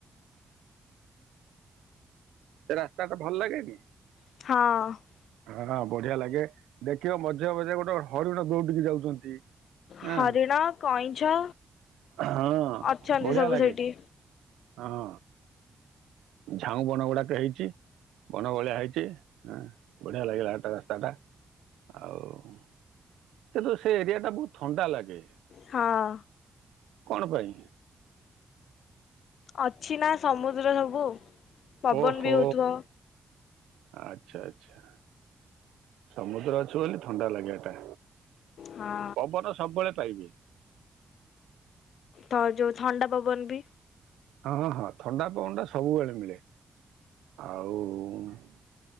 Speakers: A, on the right; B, on the left.
A: ସେ ରାସ୍ତା ଟା ଭଲ ଲାଗେନି?
B: ହଁ।
A: ହଁ ବଢିଆ ଲାଗେ ଦେଖିବ ମଝିରେ ମଝିରେ ଗୋଟେ ହରିଣ ଦୌଡ଼ିକି ଯାଉଛନ୍ତି। ହଁ
B: ହରିଣ, କଇଁଛ,
A: ହଁ
B: ଅଛନ୍ତି
A: ବଢିଆ
B: ସବୁ
A: ଲାଗେ
B: ସେଠି।
A: ହଁ। ଝାଉଁ ବଣ ଗୁଡାକ ହେଇଚି ବଣ ଭଳିଆ ହେଇଚି ହଁ। ବଢିଆ ଲାଗିଲା ଏଟା ରାସ୍ତାଟା ଆଉ। କିନ୍ତୁ ସେ ଏରିଆ ଟା ବହୁତ ଥଣ୍ଡା ଲାଗେ।
B: ହଁ
A: କଣ ପାଇଁ?
B: ଅଛି ନା ସମୁଦ୍ର ସବୁ। ପବନ
A: ଓହୋ
B: ବି ହଉଥିବ
A: ଆଛା ଆଛା। ସମୁଦ୍ର ଅଛି ବୋଲି ଥଣ୍ଡା ଲାଗେ ଏଟା
B: ହଁ
A: ପବନ ସବୁବେଳେ ପାଇବେ।
B: ତ ଯଉ ଥଣ୍ଡା ପବନ ବି।
A: ହଁ ହଁ ଥଣ୍ଡା ପବନ ଟା ସବୁବେଳେ ମିଳେ। ଆଉ।